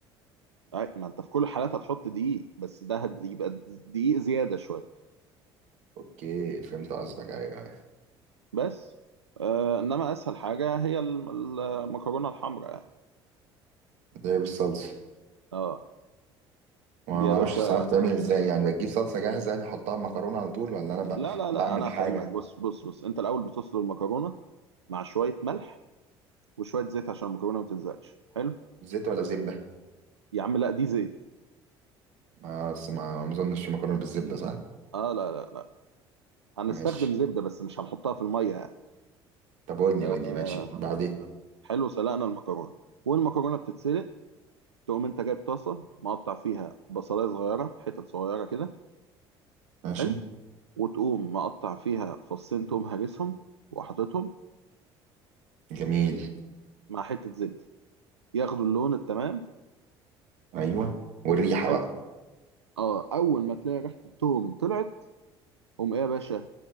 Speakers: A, on the right (about 85°); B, on the right (about 60°).
A: اي، ما انت في كل الحالات هتحط دقيق بس ده هت- يبقى دقيق زياده شويه
B: أوكي فهمت قصدك أيوه أيوة.
A: بس آه انما اسهل حاجه هي الم- المكرونه الحمراء يعني
B: زي بالصلصة
A: اه
B: ما
A: دي يا
B: معرفش
A: باشا
B: الصراحة بتعمل إزاي يعني بجيب صلصة جاهزة يعني أحطها مكرونة على طول ولا أنا ب...
A: لا لا لا
B: بعمل
A: انا
B: حاجة
A: فاهمك بص بص بص انت الاول بتسلق المكرونه مع شويه ملح وشويه زيت عشان المكرونه ما تلزقش حلو
B: زيت ولا زبدة
A: يا عم لا دي زيت
B: ما أصل ما ما أظنش مكرونة بالزبدة صح؟
A: اه لا لا لا هنستخدم
B: ماشي
A: زبده بس مش هنحطها في الميه يعني
B: طب قول لي
A: آه
B: قول لي ماشي بعدين
A: حلو سلقنا المكرونه والمكرونه بتتسلق تقوم انت جايب طاسه مقطع فيها بصلايه صغيره حتت صغيره كده
B: ماشي
A: حلو وتقوم مقطع فيها فصين توم هرسهم وحاططهم
B: جميل
A: مع حته زبده ياخدوا اللون التمام
B: ايوه والريحه
A: حلو
B: بقى
A: اه اول ما تلاقي ريحه التوم طلعت قوم ايه يا باشا